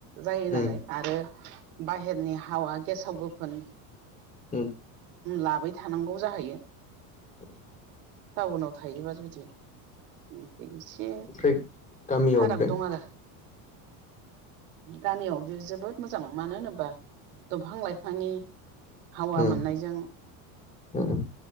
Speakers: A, on the right; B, on the left.
A: जायो
B: उम
A: नालाय आरो बाहेरनि हावा गेसाव गोफोन
B: उम
A: लाबाय थानांगौ जाहैयो
B: <inaudible>
A: टाउनाव थायोबा जुदि मफ्राय एसे
B: ओमफ्राय गामियाव
A: फाराग
B: ओमफ्राय
A: दं आरो गामियाव बियो जोबोद मोजां मानो होनोब्ला दंफां लाइफांनि हावा
B: उम
A: मोननायजों
B: उम उम